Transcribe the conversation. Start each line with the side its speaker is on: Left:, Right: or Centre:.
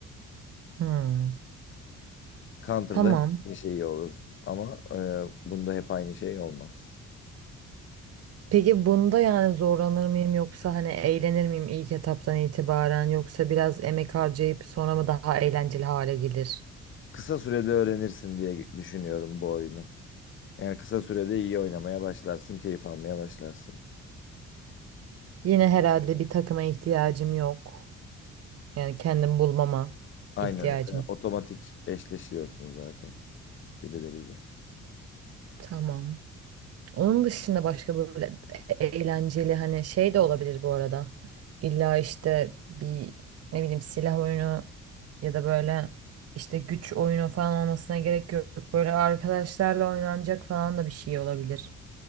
Right: Hmm,
Left: Counter'da
Right: tamam.
Left: hep aynı şey olur ama e, bunda hep aynı şey olmaz.
Right: Peki bunda yani zorlanır mıyım yoksa hani eğlenir miyim ilk etaptan itibaren yoksa biraz emek harcayıp sonra mı daha eğlenceli hale gelir?
Left: Kısa sürede öğrenirsin diye düşünüyorum bu oyunu. Yani kısa sürede iyi oynamaya başlarsın, keyif almaya başlarsın.
Right: Yine herhalde bir takıma ihtiyacım yok. Yani kendim bulmama
Left: Aynen,
Right: ihtiyacım.
Left: e, otomatik eşleşiyorsun zaten birileriyle.
Right: Tamam. Onun dışında başka böyle eğlenceli hani şey de olabilir bu arada. İlla işte bir ne bileyim silah oyunu ya da böyle işte güç oyunu falan olmasına gerek yok. Böyle arkadaşlarla oynanacak falan da bir şey olabilir.